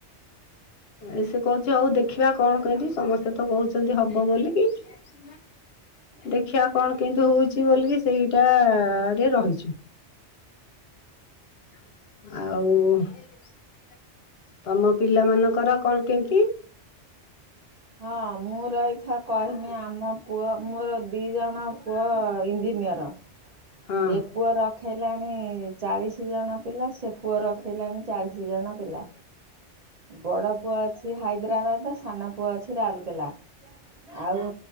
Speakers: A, on the left (about 65°); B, on the right (about 55°).
A: ଏ ସେ କହୁଛି ଆଉ ଦେଖିବା କଣ କେମତି ସମସ୍ତେ ତ କହୁଛନ୍ତି ହବ ବୋଲିକି କି। ଦେଖିବା କଣ କେମିତି ହଉଛି ବୋଲିକି ସେ ସେଇଟାରେ ରହିଛୁ। ଆଉ ତମ ପିଲା ମାନଙ୍କର କଣ କେମିତି?
B: ହଁ ମୁଁ ରହି କଥା କହିଁମି ଆମ ପୁଅ ମୋର ଦିଇଜଣ ପୁଅ ଇଞ୍ଜିନିଅର।
A: ହଁ
B: ଏ ପୁଅ ରଖେଇଲାଣି ଚାଳିଶ କିଛି ଜଣ ପିଲା ସେ ପୁଅର ପଖେଇଲାଣି ଚାଳିଶି ଜଣ ପିଲା ବଡ ପୁଅ ଅଛି ହାଇ ହାଇଦ୍ରାବାଦ ସାନ ପୁଅ ଅଛି ରାଉରକେଲା ଆଉ